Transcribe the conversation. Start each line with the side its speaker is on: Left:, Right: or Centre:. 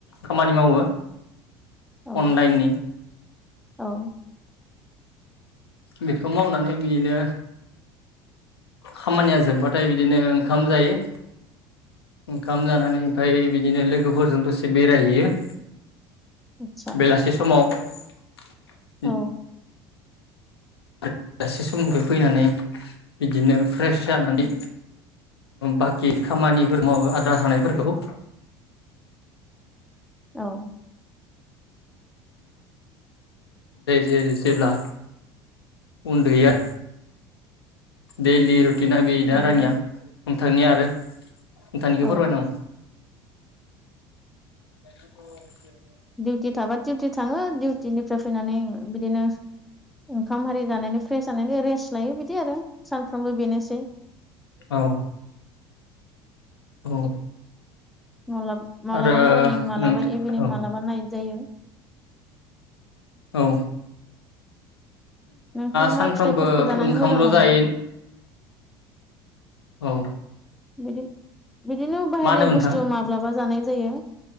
Left: खामानि मावो
Centre: औ
Left: अनलाइननि।
Centre: औ
Left: बेखौ मावनानै बिदिनो खामानिया जोबबाथाय बिदिनो ओंखाम जायो ओंखाम जानानै ओमफ्राय बिदिनो लोगोफोरजों दसे बेरायहैयो
Centre: आतसा
Left: बेलासि समाव। <unintelligible>
Centre: औ
Left: <unintelligible> समनिफ्राय फैनानै बिदिनो फ्रेस जानानै बाखि खामानिफोर मावो आद्रा थानायफोरखौ।
Centre: औ।
Left: जेब्ला उन्दुयो दैलि रु। थिना बिनो
Centre: औ
Left: आरो आंनिया। नोंथांनि आरो। नोंथांनिखौ
Centre: औ
Left: फोरमाय <unintelligible> <unintelligible>
Centre: दिउटि थाबा दिउटि थाङो दिउटिनिफ्राय फैनानै बिदिनो। ओंखाम हारि जानायनि। फ्रेस जानानै रेस्ट लायो बि दि आरो सानफ्रोमबो बेनो <unintelligible>
Left: औ। औ।
Centre: <unintelligible> मालाबा
Left: आरो
Centre: मरनिं मालाबा
Left: नोंथ
Centre: इभिनिं
Left: औ
Centre: मालाबा नाइट। जायो।
Left: औ।
Centre: नोंथाङा
Left: सानफ्रामबो
Centre: मा फिथाइफोरखौ जानानै
Left: ओंखामल'
Centre: मोजां मोनो
Left: जायो औ
Centre: बिदि बिदिनो बाहेरनि
Left: मा होनदोंमोन नोंथां
Centre: बुस्थु माब्लाबा जानाय जायो